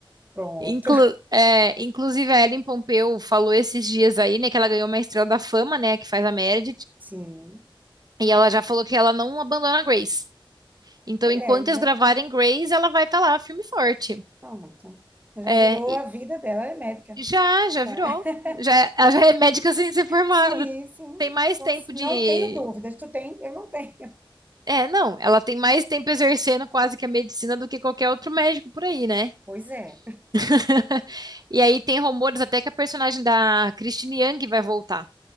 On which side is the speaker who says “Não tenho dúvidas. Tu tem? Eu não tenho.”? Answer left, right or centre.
Right